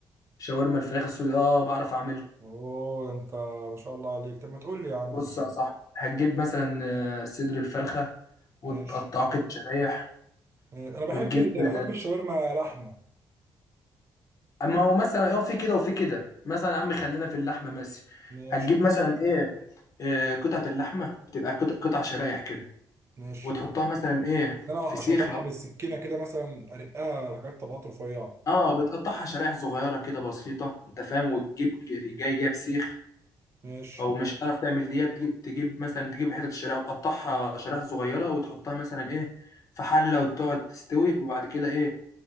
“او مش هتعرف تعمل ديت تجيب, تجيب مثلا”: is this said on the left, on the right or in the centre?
Left